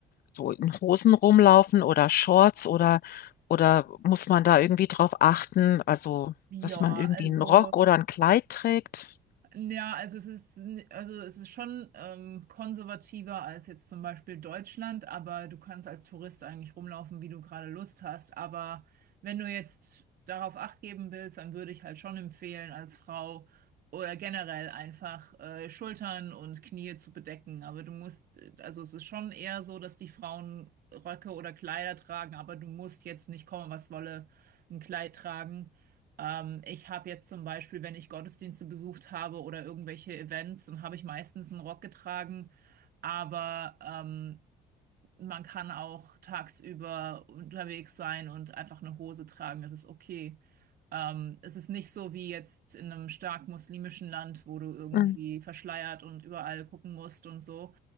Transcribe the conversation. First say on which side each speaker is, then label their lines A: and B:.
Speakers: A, on the left; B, on the right.
A: so in Hosen rumlaufen oder Shorts oder, oder muss man da irgendwie drauf achten? Also,
B: Ja,
A: dass man irgendwie
B: also.
A: einen Rock oder ein Kleid trägt?
B: Ja, also es ist, n- also es ist schon ähm, konservativer als jetzt zum Beispiel Deutschland, aber du kannst als Tourist eigentlich rumlaufen, wie du gerade Lust hast. Aber wenn du jetzt darauf Acht geben willst, dann würde ich halt schon empfehlen, als Frau oder generell einfach äh, Schultern und Knie zu bedecken. Aber du musst, äh, also es ist schon eher so, dass die Frauen Röcke oder Kleider tragen, aber du musst jetzt nicht kommen, was wolle, ein Kleid tragen. Ähm, ich habe jetzt zum Beispiel, wenn ich Gottesdienste besucht habe oder irgendwelche Events, dann habe ich meistens einen Rock getragen. Aber ähm, man kann auch tagsüber unterwegs sein und einfach eine Hose tragen. Das ist okay. Ähm, es ist nicht so wie jetzt in einem stark muslimischen Land, wo du irgendwie
A: Mhm.
B: verschleiert und überall gucken musst und so.